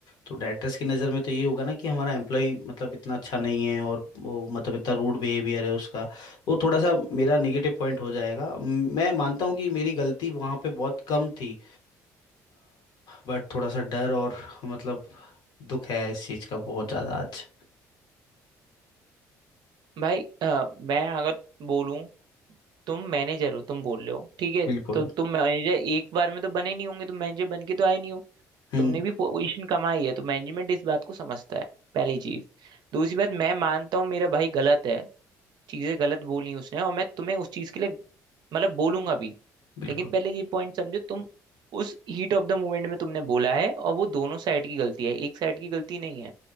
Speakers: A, on the left; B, on the right.
A: तो डायरेक्टर्स की नज़र में तो ये होगा ना कि हमारा एम्प्लॉय मतलब इतना अच्छा नहीं है और वो मतलब इतना रूड बिहेवियर है उसका वो थोड़ा सा मेरा नेगेटिव पॉइंट हो जाएगा म- मैं मानता हूँ कि मेरी गलती वहाँ पे बहुत कम थी बट थोड़ा सा डर और मतलब दुख है इस चीज़ का बहुत ज़्यादा आज
B: भाई अ, मैं अगर बोलूं तुम मैनेजर हो तुम बोल रहे हो ठीक है
A: बिल्कुल
B: तो तुम मैनेजर एक बार में तो बने नहीं होंगे तुम मैनेजर बन के तो आए नहीं हो
A: हम्म
B: तुमने भी पोजीशन कमाई है तो मैनेजमेंट इस बात को समझता है पहली चीज दूसरी बात मैं मानता हूँ मेरा भाई गलत है चीजें गलत बोली उसने और मैं तुम्हें उस चीज के लिए मतलब बोलूंगा भी
A: बिल्कुल
B: लेकिन पहले ये पॉइंट समझो तुम उस हीट ऑफ द मोमेंट में तुमने बोला है और वो दोनों साइड की गलती है एक साइड की गलती नहीं है